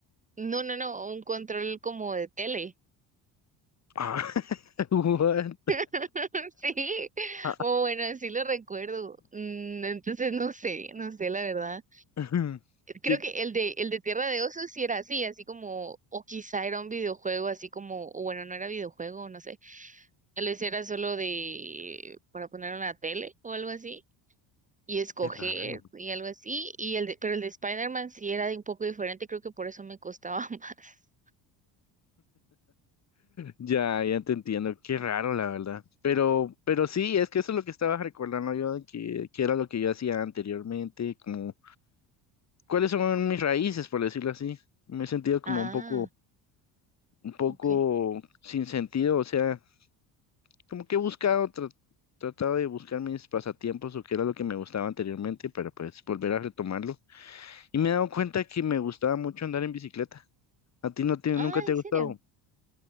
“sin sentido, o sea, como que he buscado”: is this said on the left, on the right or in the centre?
Left